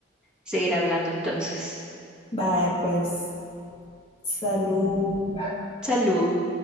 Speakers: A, in the centre; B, on the left (about 30°).
A: seguir hablando entonces.
B: Vaya, pues, salud.
A: Salud.